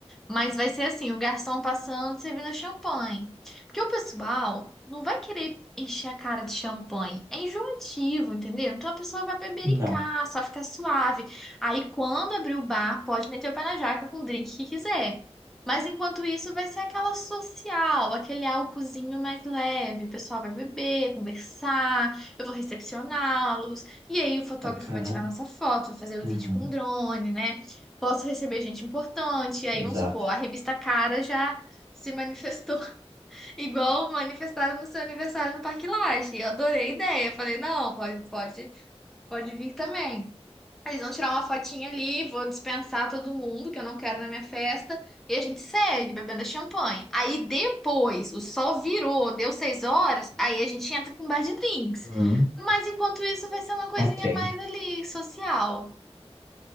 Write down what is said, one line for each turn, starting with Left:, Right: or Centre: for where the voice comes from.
Centre: Mas vai ser assim, o garçom passando, servindo champanhe. Porque o pessoal não vai querer encher a cara de champanhe. É enjoativo, entendeu? Então a pessoa vai bebericar,
Right: não,
Centre: só fica suave. Aí quando abrir o bar, pode meter o pé na jaca com o drink que quiser. Mas enquanto isso, vai ser aquela social, aquele álcoolzinho mais leve. O pessoal vai beber, conversar, eu vou recepcioná-los. E aí o fotógrafo
Right: bacana.
Centre: vai tirar nossa foto, vai fazer o
Right: Uhum,
Centre: vídeo com drone, né? posso receber gente importante. E aí,
Right: exato.
Centre: vamos supor, a revista Cara já se manifestou, <laughs> igual manifestaram no seu aniversário no Parque Lage. Eu adorei a ideia. Eu Falei, não, pode, pode, pode vir também. Eles vão tirar uma fotinha ali, vou dispensar todo mundo que eu não quero na minha festa. E a gente segue bebendo champanhe. Aí depois, o sol virou, deu seis horas, aí a gente entra com um bar de drinks.
Right: Hum,
Centre: Mas enquanto isso, vai ser uma coisinha
Right: ok.
Centre: mais ali, social.